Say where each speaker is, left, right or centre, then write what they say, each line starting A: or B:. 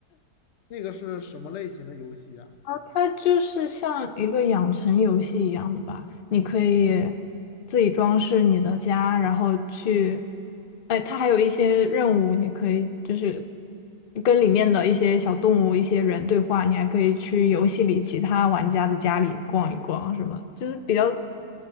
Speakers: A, on the left; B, on the left.
A: 那个是什么类型的游戏啊？
B: 它就是像一个养成游戏一样的吧，你可以自己装饰你的家，然后去，哎，它还有一些任务，你可以就是跟里面的一些小动物、一些人对话，你还可以去游戏里其他玩家的家里逛一逛，什么就是比较